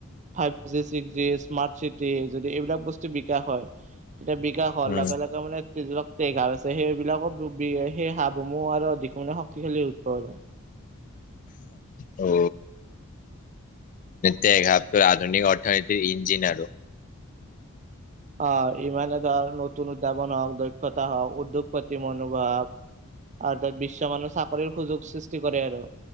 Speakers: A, on the right; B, on the left.
A: five G six G smart city যদি এইবিলাক বস্তু বিকা হয়। এতিয়া বিকাশ হোৱাৰ
B: উম,
A: লগে লগে মানেবিলাক টঘা আছে সেইবিলাকো। সেই হাঁহ বুমু আৰু দিশুে শক্তিশালী উৎপ
B: অ, তে ঘাবটো আধুনিক অৰ্থনীতিৰ ইণজিনাৰো
A: অ ইমানে ধৰ নতুন উদ্ভাৱন হওক দক্ষতা হওক উদ্যোগপতি মনোভাৱ। আৰু ত বিশ্ব মানুহ চাকৰিৰ সুযোগ সৃষ্টি কৰে আৰু